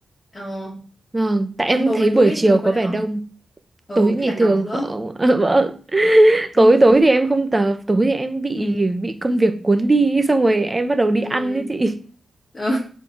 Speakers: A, on the left (about 25°); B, on the right (about 15°).
A: ờ
B: Vâng, tại
A: còn
B: em
A: tối
B: thấy buổi
A: tối ngày
B: chiều
A: thường
B: có
A: có đạp
B: vẻ
A: không
B: đông.
A: ờ
B: Tối
A: với
B: ngày
A: cả nóng
B: thường
A: nữa
B: không. <laughs> Vâng.
A: ừ
B: Tối tối thì em không tập, tối thì em bị
A: ừ
B: bị công việc cuốn đi ý. xong rồi em bắt đầu đi
A: ừ
B: ăn ấy chị.
A: ờ.